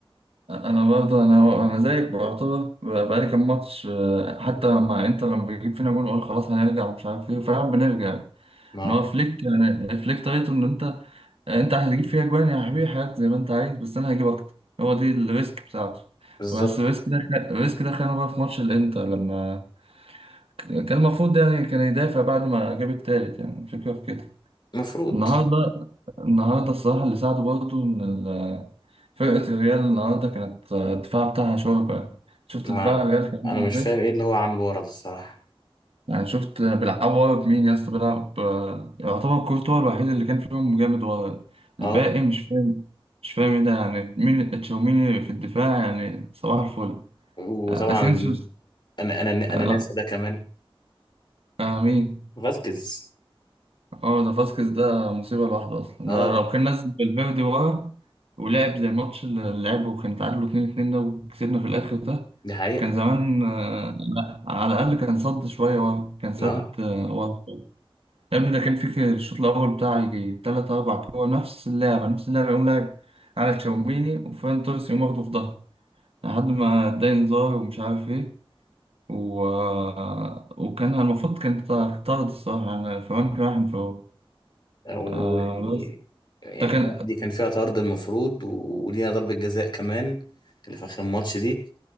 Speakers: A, on the right; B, on the left.
A: أنا برضه أنا أنا زيك بعتبر ب- بقالي كام ماتش آه، حتى مع إنتر لما بيجيب فينا جون أقول خلاص هنرجع مش عارف إيه فعلا بنرجع
B: اه
A: إن هو فليك يعني فليك طريقته إن أنت أنت هتجيب فيها جوان يا حبيبي حاجات زي ما أنت عايز بس أنا هجيب أكتر هو دي الريسك بتاعته
B: بالظبط
A: بس الريسك ده خ- الريسك ده خانه بقى في ماتش الإنتر لما ك- كان المفروض يعني كان يدافع بعد ما جاب التالت يعني الفكرة في كده
B: المفروض
A: النهارده النهارده الصراحة اللي ساعده برضه إن فرقة الريال النهاردة كانت آه، الدفاع بتاعها شوربة شفت
B: ما
A: دفاع الريال كان عامل
B: انا مش
A: ازاي؟
B: فاهم ايه اللي هو عامله ورا ده الصراحه
A: يعني شفت بيلعبوا ورا بمين يا اسطى بيلعب آه، يعتبر كورتوا الوحيد اللي كان فيهم جامد ورا
B: اه
A: الباقي مش فاهم مش فاهم ايه ده يعني مين تشاوميني في الدفاع يعني صباح الفل
B: وطبعا
A: آه، اسينسيوس
B: انا انا
A: آه،
B: انا ناسا ده كمان
A: آه، مين؟
B: فاسكيز
A: اه ده فاسكيز ده مصيبة لوحده أصلا
B: اه
A: لو لو كان نزل بالفيردي ورا ولعب زي الماتش اللي لعبه وكان تعادلوا 2-2 ده وكسبنا في الآخر ده
B: دي حقيقه
A: كان زمان آه، لا على الأقل كان صد شوية وهم كان سد
B: اه
A: آه، وهم يا ابني ده كان في الشوط الأول بتاع يجي تلات أربع كورة نفس اللعبة نفس اللعبة يقوم لاعب على تشاوميني وفان توريس يقوم واخده في ظهره لحد ما اداني انذار ومش عارف ايه و... آه، وكان المفروض كان طرد الصراحة يعني فرانك راح انفراد
B: و
A: آه بس
B: يعني
A: ده كان
B: دي كان فيها طرد المفروض ولينا ضربه جزاء كمان اللي في اخر الماتش دي